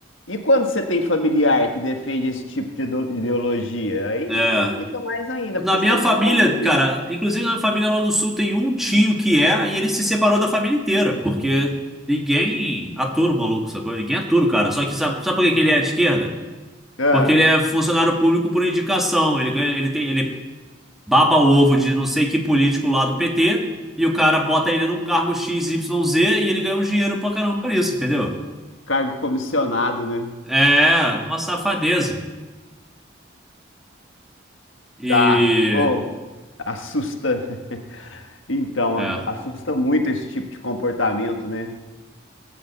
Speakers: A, on the left; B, in the centre.
A: E quando você tem familiar que defende esse tipo de ideo- ideologia? Aí
B: É...
A: complica mais ainda,
B: Na
A: porque
B: minha
A: você tem
B: família,
A: que conviver.
B: cara, inclusive na minha família lá do sul tem um tio que é, e ele se separou da família inteira, porque ninguém atura o maluco, sacou? Ninguém atura o cara. Só que sabe, sabe por que que ele é de esquerda?
A: Ah,
B: Porque ele é funcionário público por indicação. Ele ganha, ele tem, ele baba o ovo de não sei que político lá do PT e o cara bota ele num cargo X, Y, Z e ele ganha um dinheiro pra caramba por isso, entendeu?
A: cargo comissionado, né?
B: É, uma safadeza. E.
A: Tá. Ou assusta. <laughs> Então,
B: É,
A: assusta muito esse tipo de comportamento, né?